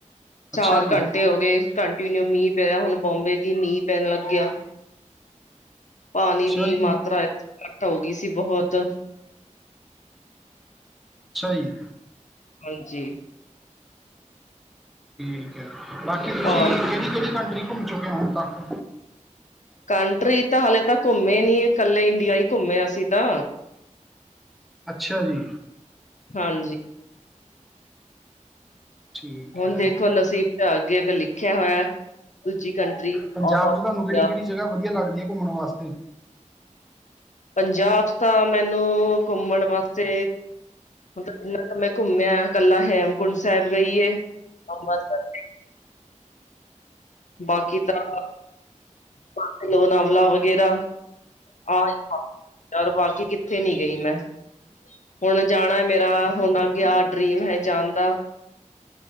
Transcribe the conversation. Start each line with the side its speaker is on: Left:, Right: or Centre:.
Centre: ਅੱਛਾ
Left: ਚਾਰ
Centre: ਜੀ,
Left: ਘੰਟੇ ਤੇ ਹੋ ਗਏ ਕੰਟੀਨਿਊ ਮੀਂਹ ਪੈਿਆ ਹੁਣ ਬੋਂਬੇ ਦੀ ਮੀਂਹ ਪੈਣ ਲੱਗਿਆ। ਪਾਣੀ
Centre: ਅੱਛਾ
Left: ਦੀ
Centre: ਜੀ,
Left: ਮਾਤਰਾ ਘੱਟ ਹੋ ਗਈ ਸੀ ਬਹੁਤ।
Centre: ਅੱਛਾ ਜੀ।
Left: ਹਾਂਜੀ
Centre: ਠੀਕ ਹੈ ਬਾਕੀ ਤੁਸੀਂ
Left: ਪਾਣੀ
Centre: ਕਿਹੜੀ-ਕਿਹੜੀ ਕੰਟਰੀ ਘੁੰਮ ਚੁੱਕੇ ਹੋ ਹੁਣ ਤੱਕ
Left: ਕੰਟਰੀ ਤਾਂ ਹਾਲੇ ਤਾਂ ਘੁੰਮੇ ਨਹੀਂ ਇਕੱਲੇ ਇੰਡੀਆ ਹੀ ਘੁੰਮੇ ਅਸੀਂ ਤਾਂ
Centre: ਅੱਛਾ ਜੀ।
Left: ਹਾਂਜੀ
Centre: ਠੀਕ
Left: ਹੁਣ
Centre: ਹੈ
Left: ਦੇਖੋ ਨਸੀਬ 'ਚ ਅੱਗੇ ਅੱਗ ਲਿਖਿਆ ਹੋਇਆ। ਦੂਜੀ ਕੰਟਰੀ
Centre: ਪੰਜਾਬ
Left: ਆਊਟ ਆਫ
Centre: 'ਚ ਤੁਹਾਨੂੰ
Left: ਇੰਡੀਆ
Centre: ਕਿਹੜੀ ਕਿਹੜੀ ਜਗ੍ਹਾ ਵਧੀਆ ਲੱਗਦੀ ਹੈ ਘੁੰਮਣ ਵਾਸਤੇ
Left: ਪੰਜਾਬ ਤਾਂ ਮੈਨੂੰ ਘੁੰਮਣ ਵਾਸਤੇ ਮਤਲਬ ਜਿੰਨਾ ਕੁ ਮੈਂ ਘੁੰਮਿਆ ਕੱਲਾ ਹੇਮਕੁੰਡ ਸਾਹਿਬ ਗਈਏ ਅੰਬਰਸਰ ਬਾਕੀ ਤਾਂ <unintelligible> ਵਗੈਰਾ ਆ ਈ ਥਾਂ ਯਾਰ ਬਾਕੀ ਕਿੱਥੇ ਨੀ ਗਈ ਮੈਂ ਹੁਣ ਜਾਣਾ ਮੇਰਾ ਹੁਣ ਆ ਗਿਆ ਡਰੀਮ ਹੈ ਜਾਣ ਦਾ